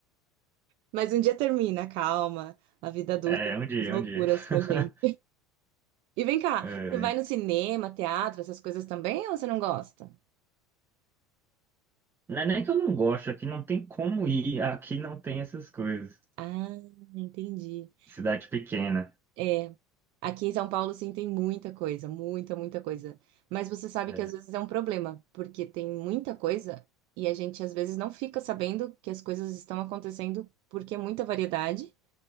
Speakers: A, on the right; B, on the right.
A: Mas um dia termina, calma. A vida adulta
B: É, um dia,
A: faz loucuras
B: um dia.
A: com
B: <laughs>
A: a gente. E vem cá,
B: É,
A: você vai no cinema, teatro, essas coisas também, ou você não gosta?
B: não é nem que eu não gosto, aqui não tem como ir, aqui não tem essas coisas.
A: Ah, entendi.
B: Cidade pequena.
A: É, aqui em São Paulo sim tem muita coisa, muita, muita coisa. Mas você sabe
B: É,
A: que às vezes é um problema, porque tem muita coisa e a gente às vezes não fica sabendo que as coisas estão acontecendo porque é muita variedade,